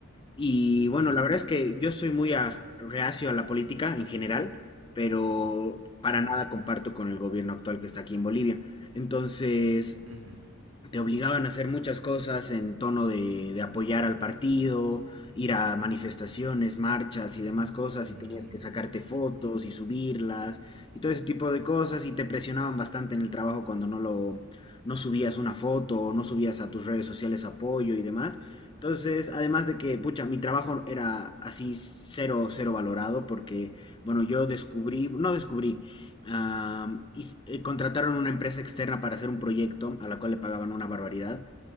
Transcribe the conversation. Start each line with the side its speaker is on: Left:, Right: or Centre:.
Left: Y bueno,
Right: ujú,
Left: la verdad es que yo soy muy a- reacio a la política en general, pero para
Right: ujú,
Left: nada comparto con el gobierno actual que está aquí en Bolivia. Entonces
Right: ujú,
Left: te obligaban a hacer muchas cosas en tono de, de apoyar al partido, ir a manifestaciones, marchas y demás cosas,
Right: mm,
Left: y tenías que sacarte
Right: ujú,
Left: fotos y subirlas y todo ese tipo de cosas, y te presionaban bastante en el trabajo cuando no lo, no subías una foto o no subías a tus redes sociales apoyo y demás. Entonces, además de que, pucha, mi trabajo era así cero, cero valorado porque, bueno, yo descubrí, no descubrí, Am, y s- eh, contrataron una empresa externa para hacer un proyecto a la cual le pagaban una barbaridad